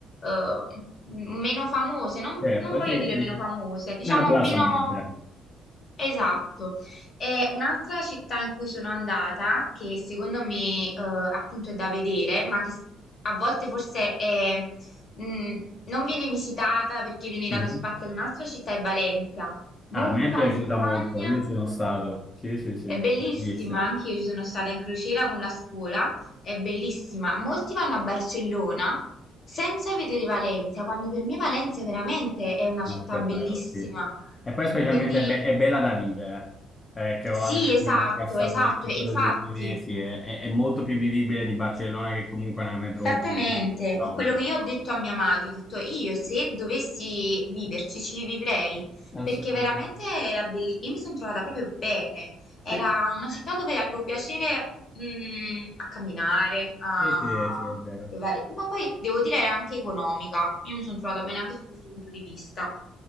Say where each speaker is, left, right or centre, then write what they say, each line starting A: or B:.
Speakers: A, on the left; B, on the left.
A: m- meno famose, non,
B: certo,
A: non voglio
B: sì,
A: dire
B: sì.
A: meno famose, diciamo
B: Meno blasonate.
A: meno... Esatto. E un'altra città in cui sono andata, che secondo me eh, appunto è da vedere, ma che s- a volte forse è Mm, non viene visitata perché viene
B: Mhm.
A: dato spazio ad un'altra città, è Valencia. Molti
B: Ah, a me
A: vanno
B: è piaciuta
A: in Spagna,
B: molto, io ci sono stato. Sì, sì, sì,
A: è bellissima,
B: bellissimo.
A: anche io ci sono stata in crociera con la scuola, è bellissima. Molti vanno a Barcellona senza vedere Valencia, quando per me Valencia veramente è una
B: No,
A: città
B: davvero,
A: bellissima.
B: sì. E poi specialmente
A: Quindi
B: è, be- è bella da vivere, eh, che ho
A: sì,
B: anche un
A: esatto,
B: amico che è stato
A: esatto,
B: lì, che
A: e
B: è stato
A: infatti...
B: lì tre mesi, è, è- è molto più vivibile di Barcellona che comunque è una metropoli.
A: Esattamente,
B: caotica.
A: è quello che io ho detto a mia madre, ho detto io se dovessi viverci ci vivrei,
B: Assolutamente.
A: perché veramente era bellissimo, io mi sono trovata proprio bene, era
B: Sì,
A: una città dove avevo piacere mm, a camminare, a
B: sì, sì, sì, è vero.
A: provare, ma poi devo dire era anche economica, io mi sono trovata bene anche su questo punto di vista,